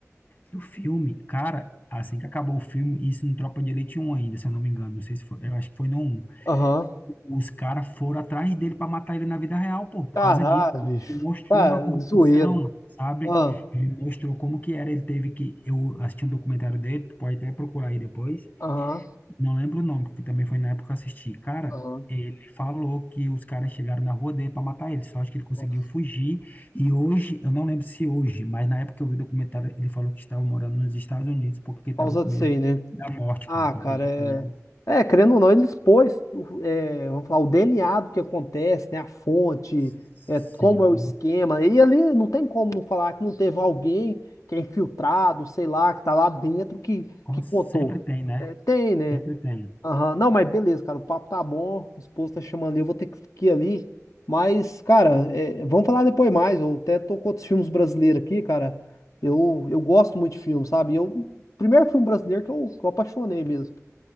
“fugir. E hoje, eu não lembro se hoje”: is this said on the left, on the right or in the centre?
Left